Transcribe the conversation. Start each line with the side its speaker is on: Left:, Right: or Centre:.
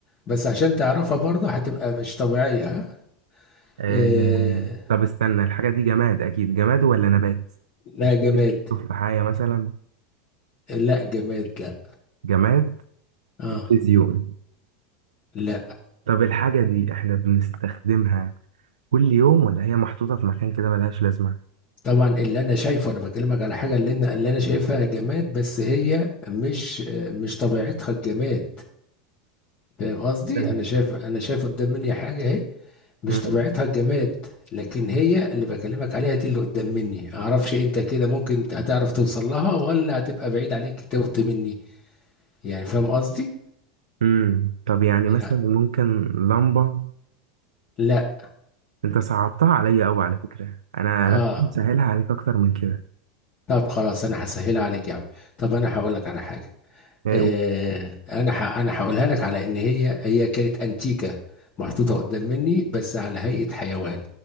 Left: بس عشان تعرفها برضه هتبقى مش طبيعيه ها
Right: آه...
Left: آه.
Right: طب استنى الحاجه دي جماد اكيد جماد ولا نبات
Left: لا
Right: مش
Left: جماد
Right: ممكن تشوف في حاجه مثلا
Left: لا جماد لا
Right: جماد
Left: اه
Right: تلفزيون
Left: لا
Right: طب الحاجه دي احنا بنستخدمها كل يوم ولا هي محطوطه في مكان كده ملهاش لازمه
Left: طبعا اللي انا شايفه انا بكلمك على حاجه اللي انا اللي انا شايفها جماد بس هي مش مش طبيعتها الجماد فاهم قصدي
Right: فاهم.
Left: انا شايف انا شايف قدام مني حاجه اهي مش
Right: مم.
Left: طبيعتها الجماد لكن هي اللي بكلمك عليها دي اللي قدام مني اعرفش انت كده ممكن هتعرف توصل لها ولا هتبقى بعيد عليك توت مني يعني فاهم قصدي
Right: مم. طب يعني
Left: يعني
Right: مثلا ممكن لمبة
Left: لا
Right: انت صعبتها عليا قوي على فكرة انا
Left: اه
Right: انا كنت مسهلها عليك اكتر من كده
Left: طب خلاص انا هسهلها عليك يا عم طب انا هقول لك على حاجه
Right: يعني
Left: آه،
Right: قول-
Left: انا ح- انا هقولها لك على ان هي هي كانت انتيكه محطوطه قدام مني بس على هيئه حيوان